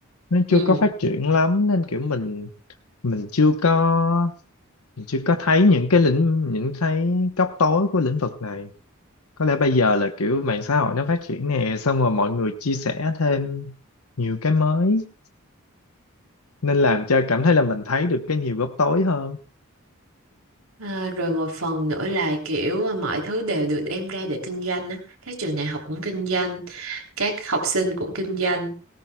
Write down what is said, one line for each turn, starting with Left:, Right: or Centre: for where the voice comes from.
Left: nó chưa
Right: Ừ.
Left: có phát triển lắm nên kiểu mình mình chưa có mình chưa có thấy những cái lĩnh những thấy góc tối của lĩnh vực này có lẽ bây giờ là kiểu mạng xã hội nó phát triển nè xong rồi mọi người chia sẻ thêm nhiều cái mới nên làm cho cảm thấy là mình thấy được cái nhiều góc tối hơn
Right: À, rồi một phần nữa là kiểu mọi thứ đều được đem ra để kinh doanh á. Các trường đại học cũng kinh doanh, các học sinh cũng kinh doanh